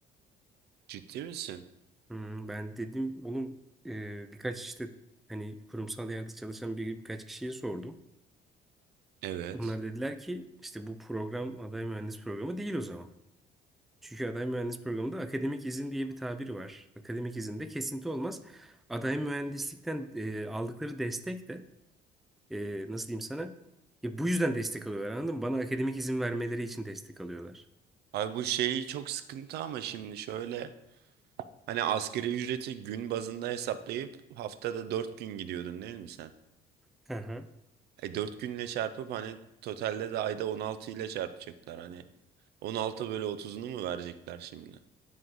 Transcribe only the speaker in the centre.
Hmm, ben dedim oğlum e, birkaç işte hani kurumsal yerde çalışan bir, birkaç kişiye sordum.
Onlar dediler ki işte bu program aday mühendis programı değil o zaman. Çünkü aday mühendis programında akademik izin diye bir tabir var. Akademik izinde kesinti olmaz. Aday mühendislikten e, aldıkları destek de e, nasıl diyeyim sana? Ya bu yüzden destek alıyorlar anladın mı? Bana akademik izin vermeleri için destek alıyorlar.
Hı hı.